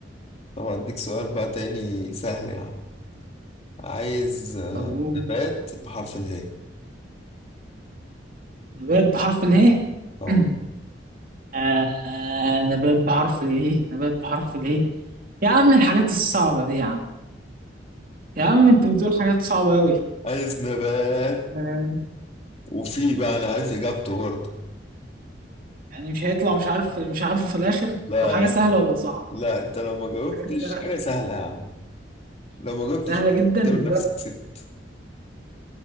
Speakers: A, on the left (about 35°); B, on the right (about 50°).
A: طب أديك سؤال بقى تاني سهل يا عم عايز آه،
B: طب قول
A: نبات بحرف الهاء
B: نبات بحرف اله
A: اه
B: <clears throat> آه آه، نبات بحرف اله نبات بحرف اله يا عم الحاجات الصعبة دي يا عم يا عم انت بتقول حاجات صعبة أوي
A: عايز نبات
B: آه،
A: وفي بقى انا عارف اجابته برضه
B: يعني مش هيطلع مش عارف مش عارفه في الآخر
A: لا
B: طب حاجة
A: لا
B: سهلة ولا صعبة؟
A: لا انت لو ما جاوبتش
B: حاجة سهلة
A: حاجه سهله يا عم لو ما جاوبتش
B: سهلة جدا
A: اعتبر
B: لدرجة
A: نفسك كسبت